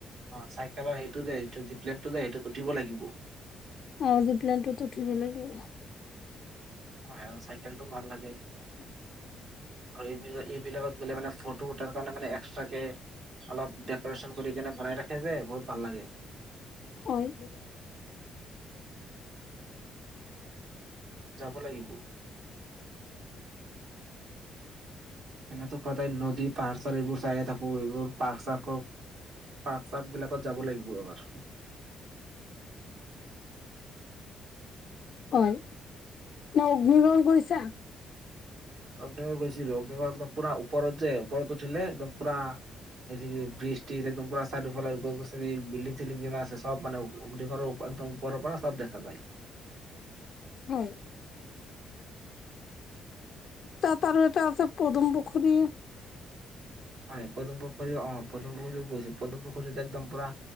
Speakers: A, on the right; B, on the left.
A: অ' চাইকেলৰ হেৰিটো যে যি প্লেনটো যে সেইটোত উঠিব লাগিব।
B: অ' জিপ প্লেনটোত উঠিব লাগিব।
A: হয় চাইকেলটোও ভাল লাগ
B: হয়।
A: আৰু এই এইবিলাকত গ'লে মানে ফটো উঠাৰ কাৰণে মান এক্সট্ৰা কে অলপ ডেক'ৰেশচন কৰি কেনে বনাই ৰাখে যে বহুত ভাল লাগে।
B: হয়।
A: যাব লাগিব। এনেতো সদায় নদী পাহাৰ চাৰ এইবোৰ চাইে থাকো এইবোৰ পাৰ্ক চাৰ্কো পাৰ্ক চাৰ্ক বিলাকত যাব লাগিব এবাৰ।
B: অ', ন অগ্নিগড় গৈছা?
A: অগ্নিগৰ গৈছিলো, অগ্নিগৰ একদম পুৰা ওপৰত যে, ওপৰত উঠিলে একদম পুৰা এই যদি বৃষ্টি ট্ৰিজ একদম পৰা চাইড ফালে গছ গছনি বিল্ডিং চিল্ডিং যিমান আছে, সব মানে অ-অগ্নিগৰৰ উপ একদম ওপৰৰ পৰা সব দেখা পাই।
B: হয়। তাত আৰু এটা আছে পদুম পুখুৰী।
A: হয়, পদুম পুখুৰী অ', পদুম পুখুৰীত গৈছো, পদুম পুখুৰীত একদম পুৰা